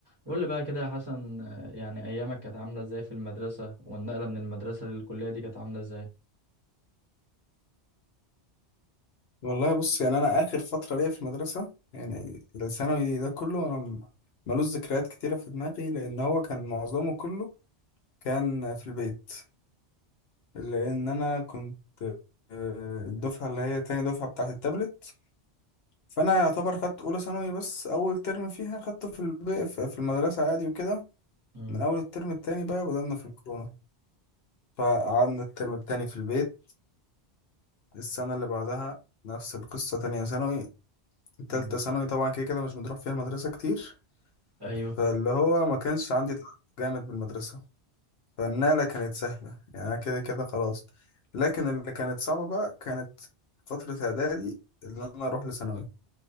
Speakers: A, on the right; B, on the left.
A: قول لي بقى كده يا حسن آه، يعني ايامك كانت عامله ازاي في المدرسه والنقله من المدرسه للكليه دي كانت عامله ازاي
B: والله بص يعني انا اخر فتره ليا في المدرسه يعني الثانوي ده كله انا م- ملوش ذكريات كتيره في دماغي لان هو كان معظمه كله كان في البيت لان انا كنت آه، الدفعه اللي هي تاني دفعه بتاعه التابلت فانا يعتبر خدت اولى ثانوي بس اول ترم فيها خدته في البيت في المدرسه عادي وكده
A: مم.
B: من اول الترم التاني بقى بدأنا في الكورونا فقعدنا الترم التاني في البيت السنه اللي بعدها نفس القصه تانية ثانوي تالتة
A: مم.
B: ثانوي طبعا كده كده مش بنروح فيها المدرسة كتير
A: ايوه
B: فاللي هو ما كانش عندي تعلق جامد بالمدرسة فالنقلة كانت سهلة يعني أنا كده كده خلاص لكن اللي كانت صعبة بقى كانت فترة إعدادي اللي أنا أروح لثانوي